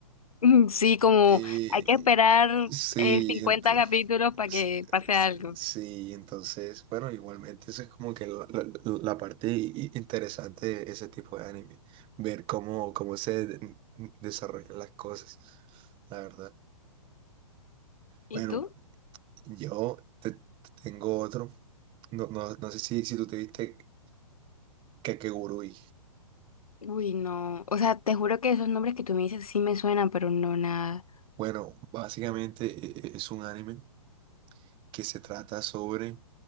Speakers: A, on the left (about 85°); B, on the right (about 30°).
A: Mm, Sí, como
B: Eh,
A: hay que esperar
B: sí,
A: eh, 50
B: entonces,
A: capítulos
B: <laughs>
A: para que pase algo.
B: sí, entonces, bueno, igualmente eso es como que la, la- la parte i- interesante de ese tipo de anime, ver cómo, cómo se de- desarrollan las cosas, la verdad. Bueno,
A: ¿Y tú?
B: yo te- te tengo otro, no, no, no sé si, si tú te viste Kakegurui.
A: Uy, no. O sea, te juro que esos nombres que tú me dices sí me suenan, pero no nada.
B: Bueno, básicamente eh, eh, es un anime que se trata sobre